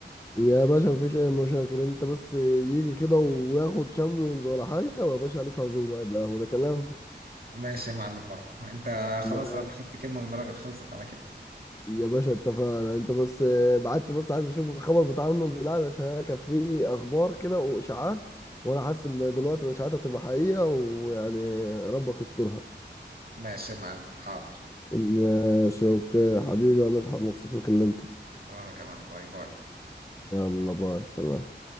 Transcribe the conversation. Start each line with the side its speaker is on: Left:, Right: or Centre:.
Left: يا باشا مفيش اي مشاكل انت بس يجي كده وياخد شامبيونز ولا حاجه ويا باشا عليك عزومه يبقى هو ده كلام
Right: ماشي يا معلم ماركو انت
Left: ما
Right: خلاص انا خدت كلمه من راجل خلصت على كده
Left: يا باشا اتفقنا انت بس بعت لي، بس عايز اشوف الخبر بتاع رونالد ده علشان انا كان في اخبار كده واشاعات وانا حاسس ان دلوقتي الاشاعات هتبقى حقيقه ويعني ربك يسترها
Right: ماشي يا معلم حاضر
Left: ماشي اوكي حبيبي يا مدحت مبسوط إني كلمتك
Right: وانا كمان باي باي
Left: يلا باي سلام